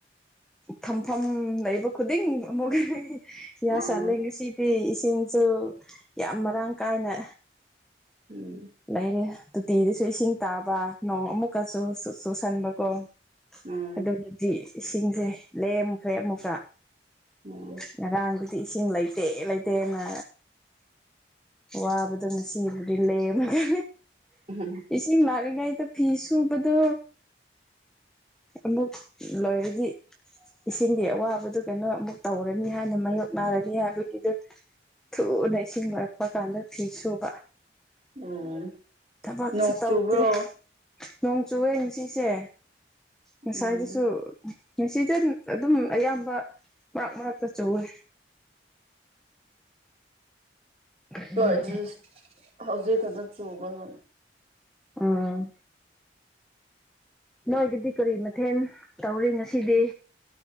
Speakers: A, in the centre; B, on the right.
A: ꯊꯝꯐꯝ ꯂꯩꯕ ꯈꯨꯗꯤꯡ ꯑꯃꯨꯛ ꯌꯥ
B: ꯎꯝ
A: ꯁꯟꯂꯦ ꯉꯁꯤꯗꯤ ꯏꯁꯤꯡ ꯁꯨ ꯌꯥꯝ ꯃꯔꯥꯡ ꯀꯥꯏꯅ
B: ꯎꯝ
A: ꯂꯩꯔꯦ ꯇꯣꯇꯤꯗꯁꯨ ꯏꯁꯤꯡ ꯇꯥꯕ ꯅꯣꯡ ꯑꯃꯨꯛꯀꯁꯨ ꯆꯨꯁꯟꯕ ꯀꯣ
B: ꯎꯝ
A: ꯑꯗꯨꯗꯗꯤ ꯏꯁꯤꯡꯁꯦ ꯂꯦꯝꯈ꯭ꯔꯦ ꯑꯃꯨꯛꯀ
B: ꯎꯝ
A: ꯉꯔꯥꯡꯗꯨꯗꯤ ꯏꯁꯤꯡ ꯂꯩꯇꯦ ꯂꯩꯇꯦꯅ ꯋꯥꯕꯗꯣ ꯉꯁꯤꯕꯨꯗꯤ ꯂꯩꯃꯒꯦ
B: ꯎꯝ ꯍ
A: ꯏꯁꯤꯡ ꯂꯥꯛꯔꯤꯉꯩꯗ ꯐꯤ ꯁꯨꯕꯗꯣ ꯑꯃꯨꯛ ꯂꯣꯏꯔꯗꯤ ꯏꯁꯤꯡꯒꯤ ꯑꯋꯥꯕꯗꯨ ꯀꯩꯅꯣ ꯑꯃꯨꯛ ꯇꯧꯔꯅꯤ ꯍꯥꯏꯅ ꯃꯥꯥꯏꯌꯣꯛ ꯅꯥꯔꯅꯤ ꯍꯥꯏꯕꯒꯤꯗꯨ ꯊꯨꯅ ꯏꯁꯤꯡ ꯂꯛꯄꯀꯥꯟꯗ ꯐꯤ ꯁꯨꯕ
B: ꯎꯝ
A: ꯊꯕꯛꯁꯨ
B: ꯅꯣꯡ
A: ꯇꯧꯗ꯭ꯔꯦ
B: ꯆꯨꯕ꯭ꯔꯣ
A: ꯅꯣꯡ ꯆꯨꯌꯦ ꯉꯥꯁꯤꯁꯦ ꯉꯁꯥꯏꯗꯨꯁꯨ
B: ꯎꯝ
A: ꯉꯁꯤꯗꯟ ꯑꯗꯨꯝ ꯑꯌꯥꯝꯕ ꯃꯔꯛ ꯃꯔꯛꯇ ꯆꯧꯋꯦ
B: ꯍꯣꯏ
A: ꯎꯝ
B: ꯍꯧꯖꯤꯛ ꯈꯛꯇ ꯆꯨꯕꯅꯣ
A: ꯎꯝ ꯅꯣꯏꯒꯤꯗꯤ ꯀꯔꯤ ꯃꯊꯦꯟ ꯇꯧꯔꯦ ꯉꯁꯤꯗꯤ